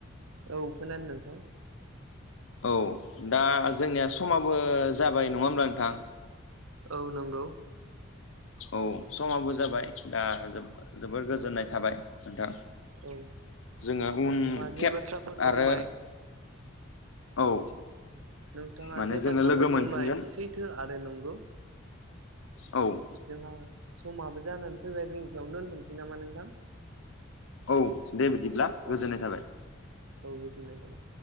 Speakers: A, on the right; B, on the left.
A: औ खोनानो नोंथां।
B: औ दा जोंनिया समाबो जाबाय नङा होमब्ला नोंथां?
A: औ नोंगौ।
B: औ समावबो जाबाय दा जोबो जोबोर गोजोननाय थाबाय नोंथां।
A: औ
B: जोङो उन
A: नोंथाङा जे
B: खेब
A: बाथ्राफोर बुंबाय
B: आरो औ।
A: नोंथाङा
B: माने
A: जे
B: जोङो
A: बाथ्राफोर
B: लोगो
A: बुंबाय
B: मोनफिनगोन
A: बे सैथो आरो नंगौ।
B: औ।
A: जोंहा समाबो जानानै फैबाय। जों बेसायावनो दोनथ'नसै नामा नोंथां?
B: औ दे बिदिब्ला
A: औ
B: गोजोन्नाय थाबाय।
A: औ गोजोन्नाय थाबाय।